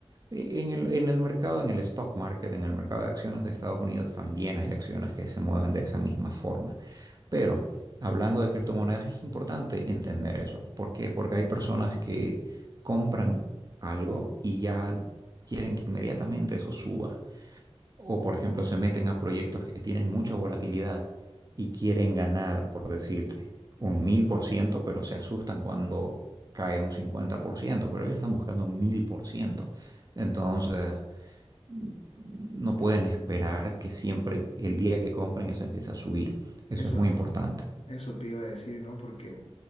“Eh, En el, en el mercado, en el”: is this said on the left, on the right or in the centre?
Right